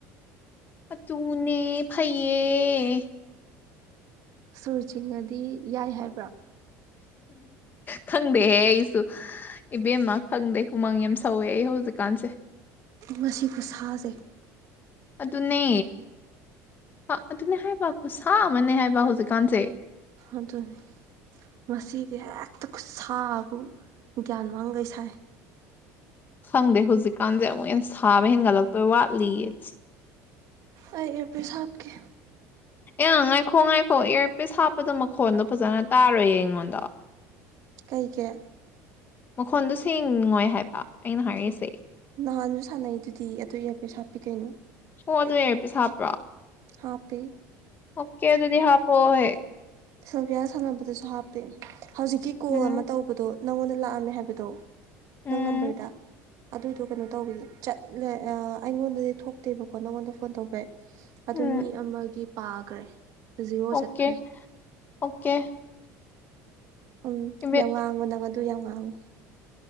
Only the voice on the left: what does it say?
ꯐ ꯇꯨꯡꯅꯦ ꯐꯩꯏ
ꯈꯪꯗꯦꯍꯦ ꯑꯩꯁꯨ ꯏꯕꯦꯝꯃ ꯈꯪꯗꯦ ꯍꯨꯃꯥꯡ ꯌꯥꯝ ꯁꯧꯋꯦ ꯑꯩ ꯗꯨꯀꯥꯟꯁꯦ
ꯑꯗꯨꯅꯦ ꯑꯗꯨꯅꯦ ꯍꯥꯏꯕ ꯈꯨꯠꯁꯥ ꯑꯃꯅꯦ ꯍꯥꯏꯕ ꯍꯧꯖꯤꯛꯀꯥꯟꯁꯦ
ꯈꯪꯗꯦ ꯍꯧꯖꯤꯛꯀꯥꯟꯁꯦ ꯑꯃꯨꯛ ꯍꯩꯅ ꯁꯥꯕ ꯍꯦꯟꯒꯠꯂꯛꯇꯣꯏ ꯋꯥꯠꯂꯤ ꯏꯠꯁ
ꯑ ꯉꯥꯏꯈꯣ ꯉꯥꯏꯈꯣ ꯏꯌꯥꯔꯄꯤꯤꯁ ꯍꯥꯞꯄꯗꯣ ꯃꯈꯣꯟꯗꯣ ꯐꯖꯅ ꯇꯥꯔꯣꯏꯌꯦ ꯑꯩꯉꯣꯟꯗ
ꯃꯈꯣꯟꯗꯣ ꯁꯦꯡꯉꯣꯏ ꯍꯥꯏꯕ ꯑꯩꯅ ꯍꯥꯏꯔꯤꯁꯦ
ꯑꯣ ꯑꯗꯨ ꯂꯩꯔ ꯄꯤꯁ ꯍꯥꯞꯄ꯭ꯔꯣ
ꯑꯣꯀꯦ ꯑꯗꯨꯗꯤ ꯍꯥꯞꯄꯑꯣꯍꯦ
ꯎꯝ
ꯎꯝ
ꯎꯝ
ꯑꯣꯀꯦ
ꯑꯣꯀꯦ
ꯏꯕꯦ